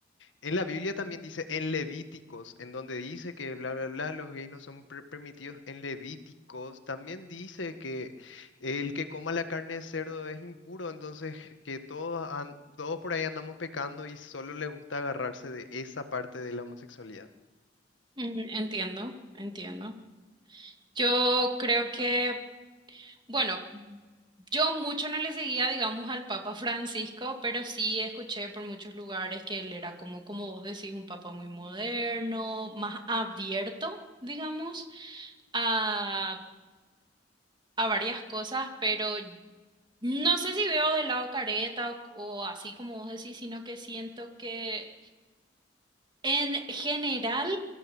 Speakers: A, on the left; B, on the right.
A: en la Biblia también dice en Levíticos, en donde dice que bla, bla, bla, los gays no son per- permitidos. En Levíticos también dice que el que coma la carne de cerdo es impuro, entonces que todos, an- todos por ahí andamos pecando y solo les gusta agarrarse de esa parte de la homosexualidad.
B: Mm, Entiendo, entiendo. Yo creo que Bueno, yo mucho no le seguía, digamos, al Papa Francisco, pero sí escuché por muchos lugares que él era como, como vos decís, un papa muy moderno, más abierto, digamos, a, a varias cosas, pero no sé si veo del lado careta o, o así como vos decís, sino que siento que en general